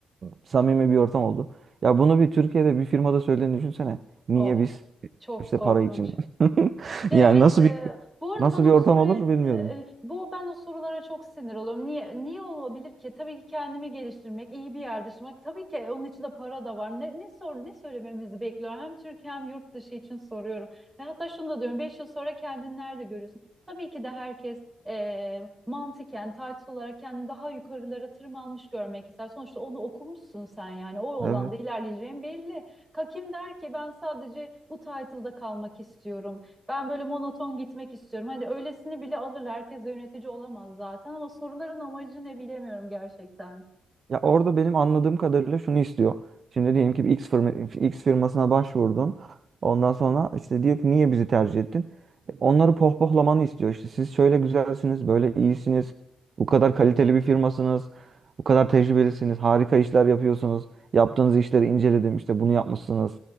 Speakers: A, on the right; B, on the right.
A: samimi bir ortam oldu. Ya bunu bir Türkiye'de bir firmada söylediğini düşünsene. Niye
B: Of
A: biz
B: çok
A: işte
B: korkunç.
A: para için? <laughs>
B: Ya
A: Yani
B: evet
A: nasıl
B: e,
A: bir
B: bu arada
A: nasıl
B: ben o
A: bir ortam
B: soruyu
A: olur bilmiyorum.
B: e, bu ben o sorulara çok sinir oluyorum. Niye niye olabilir ki? Tabii ki kendimi geliştirmek, iyi bir yerde yaşamak. Tabii ki onun için de para da var. Ne ne sor ne söylememizi bekliyor? Hem Türkiye hem yurt dışı için soruyorum. Ve hatta şunu da diyorum. 5 yıl sonra kendini nerede görüyorsun? Tabii ki de herkes e, mantıken, title olarak kendini daha yukarılara tırmanmış görmek ister. Sonuçta onu okumuşsun sen yani. O alanda
A: Evet.
B: ilerleyeceğin belli. Ka- Kim der ki ben sadece bu title'da kalmak istiyorum ben böyle monoton gitmek istiyorum. Hani öylesini bile alırlar. Herkes de yönetici olamaz zaten ama soruların amacı ne bilemiyorum gerçekten.
A: Ya orada benim anladığım kadarıyla şunu istiyor. Şimdi diyelim ki bir X firma, X firmasına başvurdun. Ondan sonra işte diyor ki niye bizi tercih ettin? E, Onları pohpohlamanı istiyor. İşte siz şöyle güzelsiniz, böyle iyisiniz. Bu kadar kaliteli bir firmasınız. Bu kadar tecrübelisiniz. Harika işler yapıyorsunuz. Yaptığınız işleri inceledim. işte bunu yapmışsınız.